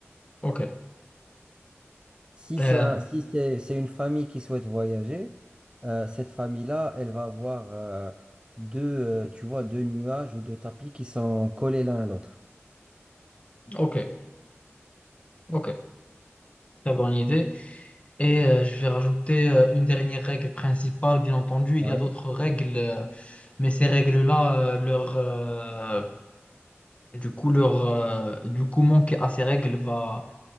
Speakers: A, on the left; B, on the right.
A: Ok,
B: Si
A: Euh,
B: c'est un- si c'est, c'est une famille qui souhaite voyager, euh, cette famille-là, elle va avoir euh, deux, euh, tu vois, deux nuages ou deux tapis qui sont collés l'un à l'autre.
A: ok, ok. Très bonne idée. Et euh, je vais rajouter euh, une dernière règle principale, bien entendu. Il
B: Ouais.
A: y a d'autres règles, euh, mais ces règles-là, euh, leur, euh, du coup, leur, euh, du coup, manquer à ces règles va,